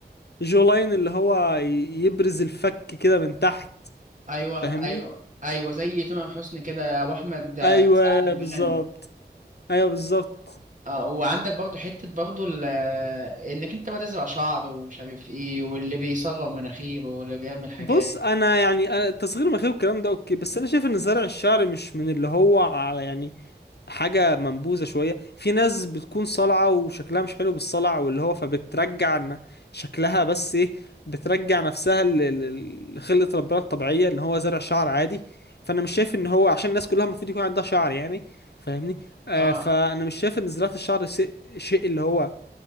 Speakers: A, on the left; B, on the right.
A: جولاين اللي هو ي- يبرز الفك كده من تحت
B: ايوه
A: فاهمني
B: ايوه ايوه زي تمام حسني كده ابو احمد
A: ايوه
B: سعد اللي
A: بالظبط
B: بيغني
A: ايوه بالظبط
B: اه وعندك برضو حته برضو ال- انك انت بقى تزرع شعر ومش عارف ايه واللي بيصغر مناخيره واللي بيعمل حاجات
A: بص انا يعني أنا تصغير المناخير والكلام ده اوكي بس انا شايف ان زرع الشعر مش من اللي هو على يعني حاجه منبوذه شويه في ناس بتكون صلعه وشكلها مش حلو بالصلع واللي هو فبترجع إن شكلها بس ايه بترجع نفسها ل- ل- لخلقه ربنا الطبيعيه اللي هو زرع شعر عادي فانا مش شايف ان هو عشان الناس كلها المفروض يكون عندها شعر يعني فاهمني آه
B: اه
A: فانا مش شايف ان زراعه الشعر شيء شيء اللي هو